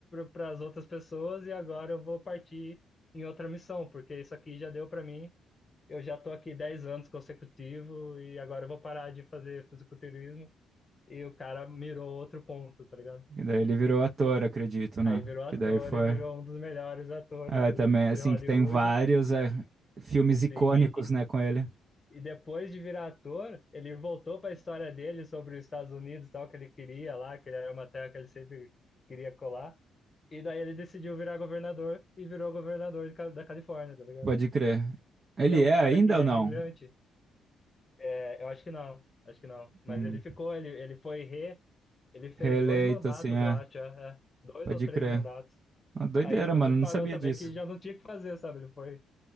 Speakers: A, on the left (about 35°); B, on the right (about 45°).
A: para as outras pessoas e agora eu vou partir em outra missão, porque isso aqui já deu para mim, eu já tô aqui 10 anos consecutivo e agora eu vou parar de fazer fisiculturismo e o cara mirou outro ponto, tá ligado?
B: E daí ele virou ator, acredito, né?
A: Aí virou ator
B: Que daí foi...
A: e virou um dos melhores atores
B: É,
A: de,
B: também,
A: de
B: assim,
A: Hollywood.
B: que tem vários é, filmes
A: Sim,
B: icônicos,
A: e,
B: né, com ele.
A: e, e depois de virar ator, ele voltou para a história dele sobre os Estados Unidos, e tal, que ele queria lá, que era uma terra que ele sempre queria colar. E daí ele decidiu virar governador e virou governador de Ca- da Califórnia, tá ligado?
B: Pode crer. Ele
A: E é um
B: é
A: cara
B: ainda
A: que
B: ou
A: é
B: não?
A: imigrante. É, eu acho que não, acho que não. Mas
B: Hum,
A: ele ficou, ele, ele foi re, ele fez
B: reeleito,
A: dois mandatos,
B: assim, é.
A: eu acho, é, é. dois
B: Pode
A: ou três
B: crer.
A: mandatos.
B: Uma doideira,
A: Aí depois
B: mano,
A: ele
B: não
A: parou
B: sabia
A: também,
B: disso.
A: que já não tinha o que fazer, sabe? Ele foi,